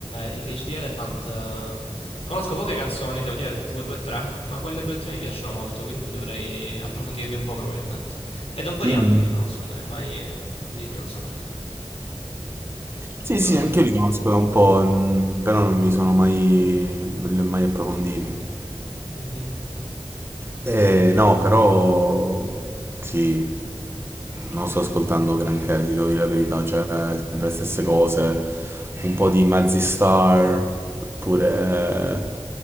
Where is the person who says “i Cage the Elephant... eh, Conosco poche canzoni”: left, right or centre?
Left